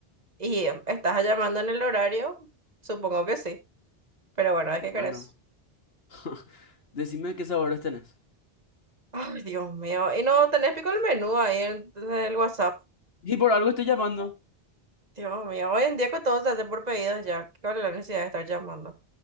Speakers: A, on the right (about 40°); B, on the left (about 75°).
A: ¿Y eh, estás llamando en el horario? Supongo que sí, pero bueno, ¿de
B: Y
A: qué
B: bueno,
A: querés?
B: <laughs> decime qué sabores tenés.
A: Ay, Dios mío, y no tenés pico el menú ahí en, en el WhatsApp.
B: Y por algo estoy llamando.
A: Dios mío, hoy en día que todo se hace por pedidos ya, ¿cuál es la necesidad de estar llamando?